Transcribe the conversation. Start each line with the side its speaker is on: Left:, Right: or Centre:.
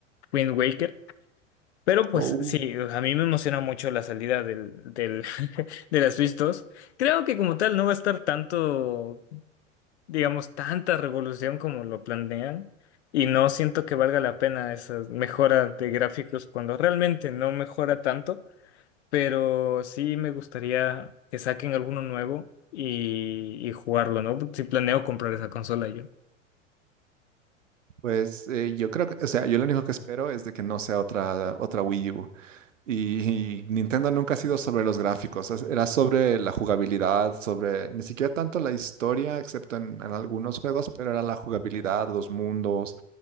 Left: Wind Waker. Pero pues
Right: Oh.
Left: sí, a mí me emociona mucho la salida del, del, <laughs> de la Switch 2. Creo que como tal no va a estar tanto, digamos, tanta revolución como lo planean. Y no siento que valga la pena esa mejora de gráficos cuando realmente no mejora tanto. Pero sí me gustaría que saquen alguno nuevo y, y jugarlo, ¿no? Si planeo comprar esa consola yo.
Right: Pues eh, yo creo que, o sea, yo lo único que espero es de que no sea otra, otra Wii U. Y, y Nintendo nunca ha sido sobre los gráficos, es- era sobre la jugabilidad, sobre ni siquiera tanto la historia, excepto en, en algunos juegos, pero era la jugabilidad, los mundos